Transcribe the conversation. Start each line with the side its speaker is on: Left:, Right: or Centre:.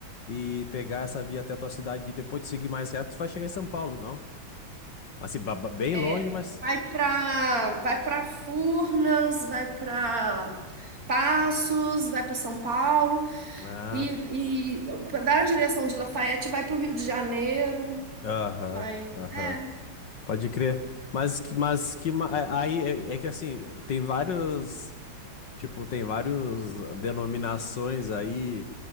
Left: e pegar essa via até a tua cidade e depois tu seguir mais reto, tu vai chegar em São Paulo, não? Assim, ba- ba- bem
Right: é,
Left: longe, mas.
Right: vai para vai para Furnas, vai para Passos, vai para São Paulo,
Left: Ah,
Right: e, e da direção de Lafayette vai para o Rio de Janeiro.
Left: aham,
Right: Vai.
Left: aham.
Right: É.
Left: Pode crer. Mas, que- mas que. ma- a- Aí é, é que assim, tem vários. Tipo, tem vários denominações aí